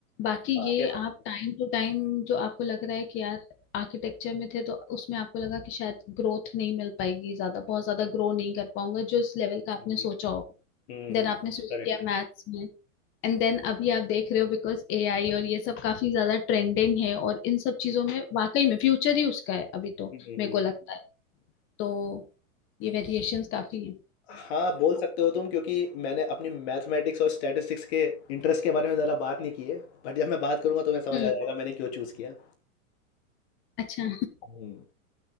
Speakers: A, on the left; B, on the left.
A: बाकी
B: हाँ,
A: ये
B: कह सकते
A: आप टाइम टू टाइम जो आपको लग रहा है कि यार आर्किटेक्चर में थे तो उसमें आपको लगा कि शायद ग्रोथ नहीं मिल पाएगी ज्यादा बहुत ज्यादा ग्रो नहीं कर पाऊंगा जो इस लेवल का आपने
B: हैं
A: सोचा होगा
B: हम्म
A: देन आपने
B: हम्म
A: स्विच
B: करेक्ट
A: किया मैथ्स में एंड देन अभी आप देख रहे हो बिकॉज एआई और ये सब काफी ज्यादा ट्रेंडिंग है और इन सब चीजों में वाकई में फ्यूचर ही उसका है अभी तो
B: हम्म हम्म, correct.
A: मेरे
B: हम्म,
A: को
B: हम्म, हम्म।
A: लगता
B: हम्म।
A: है तो ये वेरिएशंस काफी है
B: हाँ बोल सकते हो तुम क्योंकि मैंने अपनी मैथमेटिक्स और स्टैटिस्टिक्स के इंटरेस्ट के बारे में ज़्यादा बात नहीं की है बट जब मैं बात करूंगा तो मैं समझ
A: <laughs> हम्म
B: आ जाएगा मैंने क्यों चूज़ किया
A: अच्छा
B: हम्म।